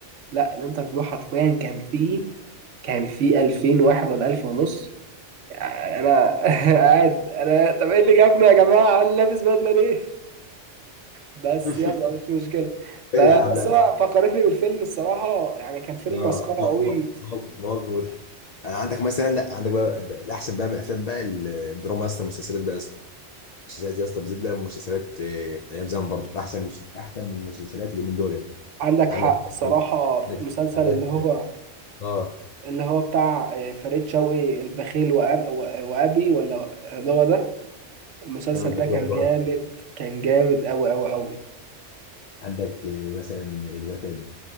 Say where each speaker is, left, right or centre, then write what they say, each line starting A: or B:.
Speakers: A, on the right (about 80°); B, on the left (about 75°).
A: لا الانترفيو حرفيا كان فيه كان فيه 2000 واحد ولا 1000 ونص انا <laughs> قاعد انا طب ايه اللي جابنا يا جماعه انا لابس بدله ليه بس
B: <laughs>
A: يلا مش مشكله ب-
B: غير يا عم
A: بس
B: لا لا.
A: هو فكرتني بالفيلم الصراحه يعني كان فيلم
B: اه
A: مسخره
B: م-
A: قوي
B: م- مواقف مواقف مضحك آه، عندك مثلا لا عندك بقى بقى الاحسن بقى من الافلام بقى ال- الدراما يا اسطى المسلسلات بقى يا اسطى المسلسلات يا اسطى بالذات بقى المسلسلات آه، ايام زمان برضو احسن مس- احسن من المسلسلات اللي من دول
A: عندك
B: عندك
A: حق صراحه في
B: عندك
A: مسلسل
B: حاجات
A: اللي هو
B: اه
A: اللي هو بتاع آه، فريد شوقي البخيل وأنا و- وابي ولا اللي هو ده المسلسل
B: أيوة، بشوية
A: ده كان
B: بقى.
A: جامد كان جامد قوي قوي قوي
B: عندك آه، مثلا الوتد